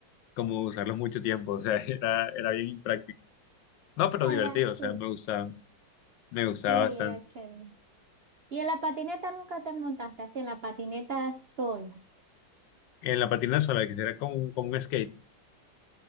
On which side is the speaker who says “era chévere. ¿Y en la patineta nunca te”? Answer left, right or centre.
Right